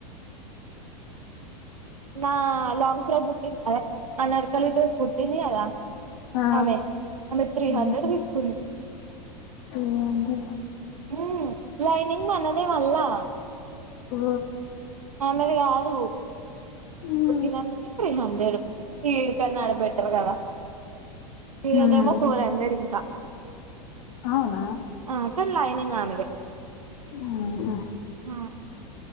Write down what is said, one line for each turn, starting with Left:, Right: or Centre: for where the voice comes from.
Right: నా లాంగ్ ఫ్రక్ గుుట్ట అదే అనరకలి డ్రెస్ కుర్టింది అదా
Left: ఆ
Right: ఆమె ఆమె త్రీ
Left: హ్మ్.
Right: హండ్రెడ్ తీసుకున్నా
Left: ఏందో
Right: ఉం లైనింగ్ మనదే మల్ళా
Left: ఓ
Right: ఆమెదిగాదు
Left: హ్మ్
Right: కుట్టినందుకి త్రీ హండ్రెడ్ ఈడికన్నా ఆడ బెటర్ గదా ఇడనేమో
Left: హ్మ్.
Right: ఫోర్ హండ్రెడ్ ఇంకా
Left: అవునా
Right: ఆ కన్ లైనింగ్ ఆమేదే
Left: హుహు.
Right: హ